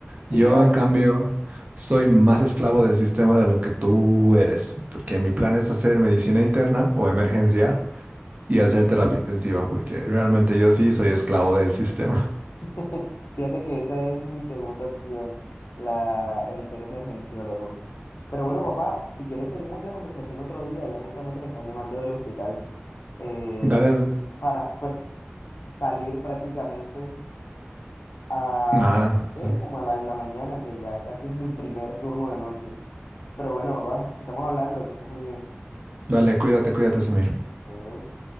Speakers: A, on the right (about 40°); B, on the left (about 70°).
A: Yo,
B: Sí, claro.
A: en cambio, soy más esclavo del sistema de lo que tú eres, porque mi plan es hacer medicina interna o emergencia y hacer terapia intensiva, porque realmente yo sí soy esclavo del sistema.
B: <laughs> Fíjate que esa es mi segunda opción, la, el ser emergenciólogo. Pero bueno, papá, si quieres seguimos la conversación otro día, ya justamente me están llamando del hospital eh,
A: <laughs> Dale,
B: para pues salir prácticamente. a,
A: nada,
B: ¿qué? Como a la, en la mañana, que ya casi es mi primer turno de noche. Pero bueno, papá, estamos hablando, que estés muy bien.
A: dale, cuídate, cuídate, Samir.
B: Adiós.